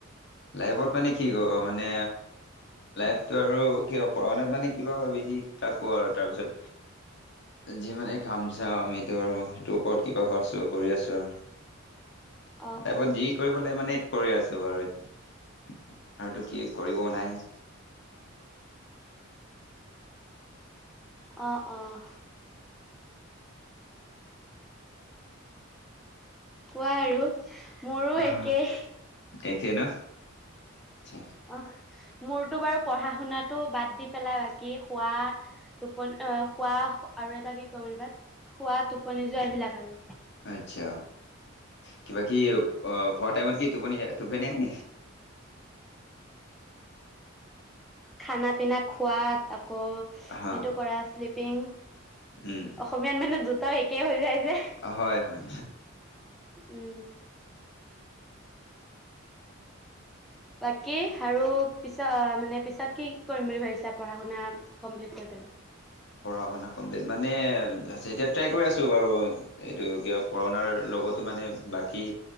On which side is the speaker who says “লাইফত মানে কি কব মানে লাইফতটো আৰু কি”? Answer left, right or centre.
Left